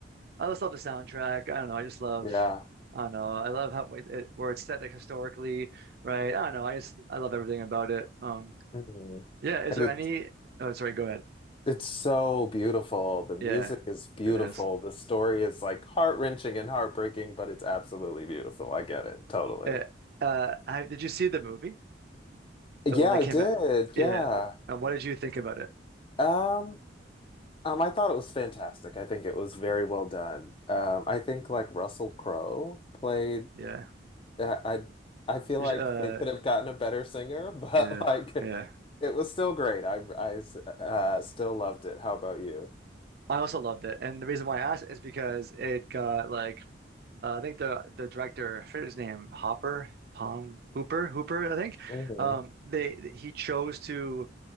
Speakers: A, on the right; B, on the left.
A: I just love the soundtrack. I don't know. I just love,
B: yeah.
A: I don't know. I love how it, it- where it's set like historically, right? I don't know. I just I love everything about it. Um,
B: Mhm.
A: yeah. Is
B: And
A: there
B: it's
A: any? Oh, sorry. Go ahead.
B: it's so beautiful. The music
A: Yeah,
B: is beautiful.
A: it is.
B: The story is like heart-wrenching and heartbreaking, but it's absolutely beautiful. I get it totally.
A: Eh, uh, I, did you see the movie?
B: Yeah,
A: The one that
B: I
A: came
B: did.
A: out? Yeah.
B: Yeah.
A: And what did you think about it?
B: Um, um, I thought it was fantastic. I think it was very well done. Um, I think like Russell Crowe played
A: Yeah.
B: I I I feel
A: You
B: like
A: should- Uh,
B: they could have gotten a better singer, <laughs> but
A: yeah,
B: like
A: yeah.
B: it was still great. I I uh, still loved it. How about you?
A: I also loved it, and the reason why I asked is because it got like Uh, I think the the director, I forget his name, Hopper, Tom Hooper, Hooper, I think.
B: hmm
A: Um, they he chose to